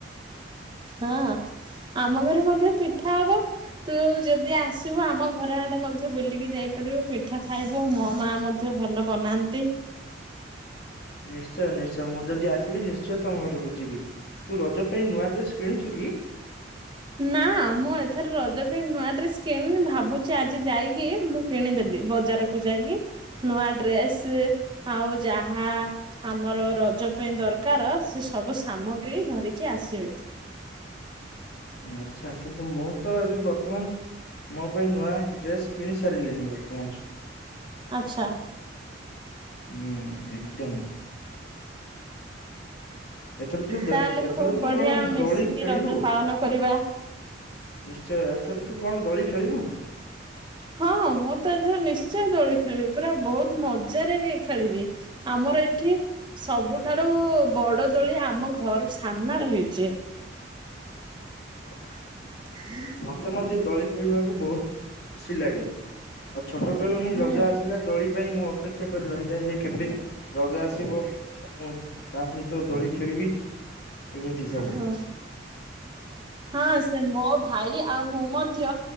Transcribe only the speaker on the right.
ହଁ ଆମ ଘରେ ମଧ୍ୟ ପିଠା ହବ। ତୁ ଯଦି ଆସିବୁ ଆମ ଘର ଆଡେ ମଧ୍ୟ ବୁଲିକି ଯାଇପାରିବୁ ପିଠା ଖାଇବୁ ମୋ ମା ମ ଧ୍ୟ ଭଲ ବନାନ୍ତି।
ନା ମୁଁ ଏଥର ରଜ ପାଇଁ ନୂଆ ଡ୍ରେସ୍ କିଣିନି ଭାବୁଚି ଆଜି ଯାଇକି ମୁଁ କିଣିଦେବି ବଜାରକୁୁ ଯାଇକି ନୂଆ ଡ୍ରେସ ଆଉ ଯାହା ଆମର ରଜ ପାଇଁ ଦରକାର ସେ ସବୁ ସାମଗ୍ରୀ ଧରିକି ଆସିବେ।
ଆଚ୍ଛା।
ତାହେଲେ
ଖୁବ
ବଢିଆ
ମିଶିକି
ରଜ ପାଳନ କରିବା।
ହଁ ମୁଁ ତ ଏଥର ନିଶ୍ଚୟ ଦୋଳି ଖେଳିବି ପୁରା ବହୁତ ମଜାରେ ବି ଖେଳିବି। ଆମର ଏଠି ସବୁଠାରୁ ବଡ ଦୋଳି ଆମ ଘର ସାମ୍ନ ରେ ହେଇଚି।
<inaudible>
ହୁଁ
ହଁ ହଁ ସେ ମୋ ଭାଇ ଆଉ ମୁଁ ମଧ୍ୟ